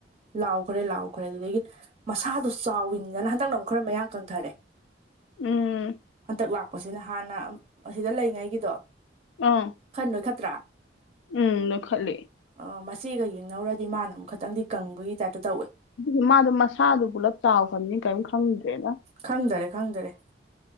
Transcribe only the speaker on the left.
ꯎꯝ
ꯎꯪ
ꯎꯝ ꯅꯣꯏꯈꯠꯂꯦ
ꯗꯨꯗꯤ ꯃꯥꯗꯣ ꯃꯁꯥꯗꯨ ꯄꯨꯂꯞ ꯆꯥꯎꯈ꯭ꯔꯝꯅꯤ ꯀꯩꯝ ꯈꯪꯗ꯭ꯔꯦꯗ